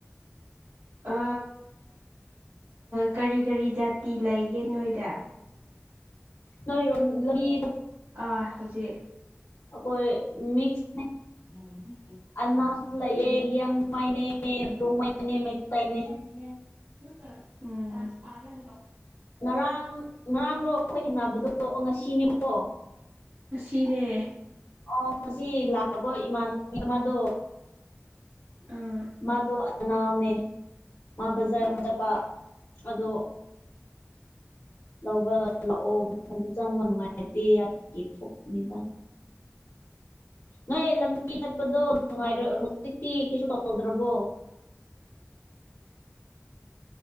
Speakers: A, on the right; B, on the left.
A: ꯑ ꯀꯔꯤ ꯀꯔꯤ ꯖꯥꯇꯤ ꯂꯩꯒꯦ ꯅꯣꯏꯗ
B: ꯅꯣꯏꯔꯣ <unintelligible>
A: ꯑꯥ ꯍꯧꯖꯤꯛ
B: ꯑꯀꯣꯏ ꯃꯤꯛꯁ ꯅꯦ
A: <inaudible>
B: ꯑꯅꯥꯖ ꯂꯩꯌꯦ
A: ꯎꯝ
B: ꯌꯦ ꯃꯅꯦ ꯗꯣꯡ ꯃꯅꯦ ꯃꯩꯇꯩꯅꯦ
A: <inaudible>
B: ꯉꯔꯥꯡ ꯉꯔꯥꯡꯔꯣ ꯑꯈꯣꯏ ꯊꯦꯡꯅꯕꯗꯣ ꯉꯁꯤꯅꯦꯀꯣ
A: ꯉꯁꯤꯅꯦ
B: ꯑꯣ ꯉꯁꯤ ꯂꯥꯛꯄ ꯏꯃꯥꯟꯅꯕꯤ ꯑꯃꯗꯣ
A: ꯑꯥ
B: ꯃꯥꯗꯣ ꯅꯅꯥꯝꯅꯦ ꯃꯥ ꯕꯖꯥꯔ
A: ꯑꯣ
B: ꯆꯠꯄ ꯑꯗꯣ ꯂꯧꯕ ꯂꯥꯛꯑꯣꯊꯟꯇ ꯆꯪꯕ ꯅꯨꯡꯉꯥꯏꯇꯦ ꯍꯥꯏꯕꯒꯤ ꯊꯣꯛꯄꯅꯤꯗ ꯅꯣꯏ ꯂꯝꯕꯤ ꯇꯠꯄꯗꯣ ꯅꯨꯡꯉꯥꯏꯔ ꯍꯧꯖꯤꯛꯇꯤ ꯀꯩꯁꯨ ꯇꯧꯗ꯭ꯔꯕꯣ